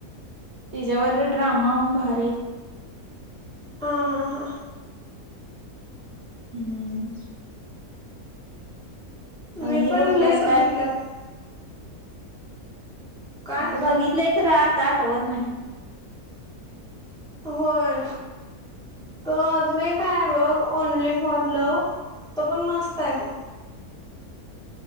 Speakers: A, on the right (about 50°); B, in the centre.
A: त्याच्यावर ड्रामा उभारेत
B: हा हा हा
A: हम्म
B: मी
A: हे
B: पण
A: बघतेस
B: लय बघितल्यात
A: काय
B: काय
A: बघितलंय खर आत आठवत नाही.
B: होय तो अजूनही काय आहे बघ ओनली फॉर लव्ह तो पण मस्त आहे बघ.